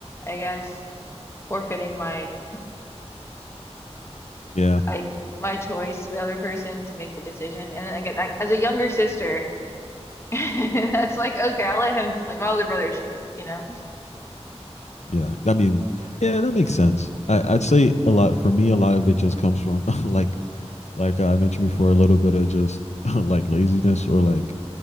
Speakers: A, on the left (about 25°); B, on the left (about 85°).
A: I guess, forfeiting my
B: Yeah.
A: like my choice to the other person to make the decision. And then again, I, as a younger sister, <laughs> that's like, okay, I'll let him like my older brother choose, you know?
B: Yeah. I mean, yeah, that makes sense. I, I'd say a lot for me, a lot of it just comes from <laughs> like like I mentioned before, a little bit of just <laughs> like laziness or like,